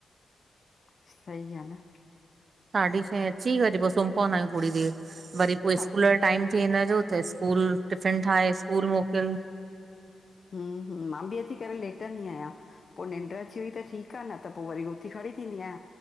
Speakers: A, on the left; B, on the right.
A: सही आ न।
B: साढी छहें अची वरी पोइ सुम्ही पवंदा आहियूं थोरी देरि वरी पोइ
A: हा
B: स्कूल टाइम थिए हिनजो त स्कूल टिफ़िन ठाहे स्कूल मोकिल।
A: हुं हुं मां बि अची करे लेटंदी आहियां। पोइ निंड् अची वई त ठीकु आ न त पोइ वरी उथी खड़ी थींदी आहियां।